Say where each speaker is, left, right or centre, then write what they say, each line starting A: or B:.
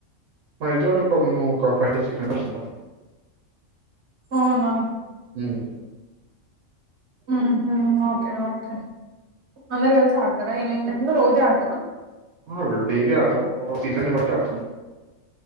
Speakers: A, on the right (about 80°); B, on the right (about 60°).
A: మా ఏజ్ వాళ్ళు ఒక ము ఒక ఫైవ్ టు సిక్స్ మెంబర్స్ ఉంటాం
B: అవునా
A: ఉమ్
B: ఉహు ఓకే ఓకే అందరు కలిసి ఆడతారా ఈవినింగ్ టైం లో రోజు ఆడతారా
A: ఆహ్ డైలీ ఆడాం సీజన్ బట్టి ఆడతాం